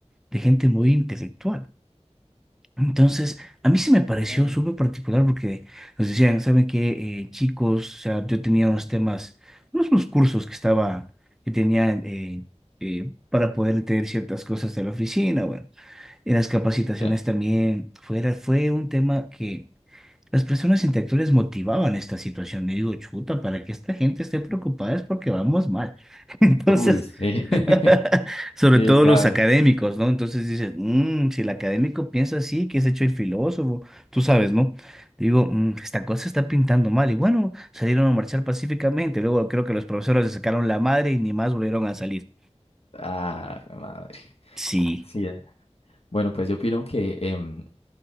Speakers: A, in the centre; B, on the left (about 55°).
A: de gente muy intelectual. Entonces, a mí sí me pareció
B: Ok.
A: súper particular porque nos decían, ¿saben qué, eh, chicos? O sea, yo tenía unos temas, unos, unos cursos que estaba, que tenía eh, eh, para poder entender ciertas cosas de la oficina, bueno, en las capacitaciones
B: Ya.
A: también. Fue, era- fue un tema que las personas intelectuales motivaban esta situación. Y digo, chuta, para que esta gente esté preocupada es porque vamos mal. <laughs> Entonces,
B: Uy, sí.
A: <laughs>
B: <laughs>
A: sobre
B: Sí,
A: todo
B: claro.
A: los académicos, ¿no? Entonces dices, "Mm, si el académico piensa así, que es hecho el filósofo, tú sabes, ¿no? Digo, "Mm, esta cosa está pintando mal. Y bueno, salieron a marchar pacíficamente. Luego creo que los profesores les sacaron la madre y ni más volvieron a salir.
B: Ah, jue madre.
A: Sí,
B: Sí. eh. Bueno, pues yo opino que em,